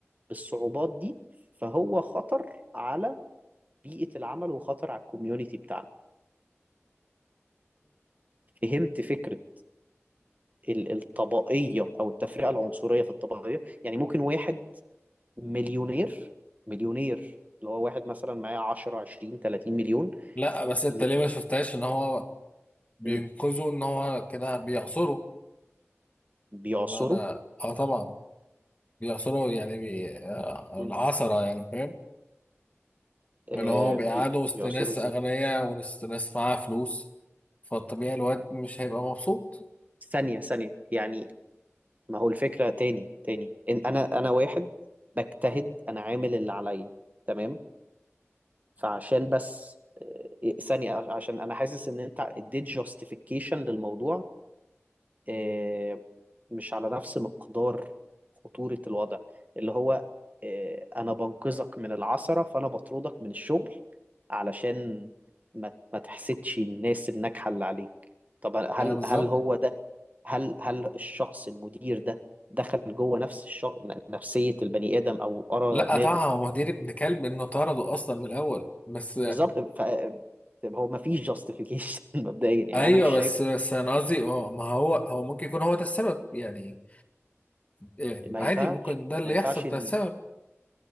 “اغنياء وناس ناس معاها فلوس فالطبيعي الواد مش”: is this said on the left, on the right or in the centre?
Left